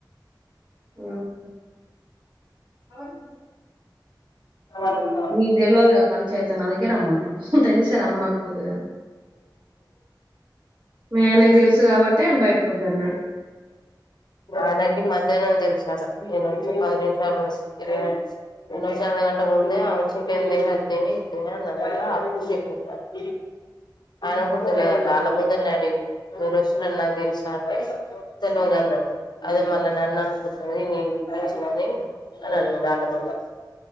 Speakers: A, on the right (about 70°); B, on the left (about 65°).
A: హ్
B: <inaudible>
A: నీకు తెల్వదుగా పంచాయతీ అని అందుకే రమ్మన్నం తెలిస్తే రమ్మనకపోదు కానీ. మీ ఆయనకు తెలుసు కాబట్టే ఆయన బయటికొద్దన్నడు.
B: ఆయనకి మధ్యాహ్నమే తెలుసటా నేను వచ్చి పది నిమిషాల <unintelligible> ఈయనోచ్చే అద్ద గంట ముందే ఆమే చెప్పింది అదే ఇదే అన్నమాట అప్పుడు చెప్పిండు నాకు. అయనకు కూడా తెలియద ట ఆళ్ళ ముందటనే అడిగిండు మీరు వచ్చినట్టు నాకు తెలుసా అంటే తెల్వదు అన్నడు. అది మళ్ళా నన్ను అనుకుంటది నేను పిలిపిచ్చినా అని. అని అన్నడు ఆళ్ళ ముందే